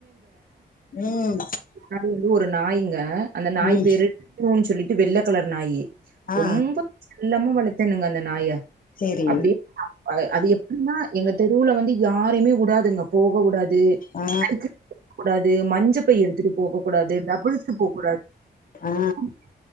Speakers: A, on the left (about 55°); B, on the right (about 65°).
A: ம்
B: அது வந்து ஒரு நாய்ங்க அந்த நாய்
A: ம்
B: பேரு <unintelligible> ன்னு சொல்லிட்டு வெள்ள கலர் நாய்
A: ஆ
B: ரொம்ப செல்லாம வளர்த்தணங்க அந்த நாய
A: சேரி
B: அப்டியே அது எப்டின்னா எங்க தெருவுல வந்து யாருமே உடாதுங்க போக உடாது
A: ஆ
B: அது <unintelligible> கூடாது மஞ்சப்பை எடுத்துட்டு போக கூடாது டபுள்சுக்கு போகக்கூடா
A: ஆ
B: <unintelligible>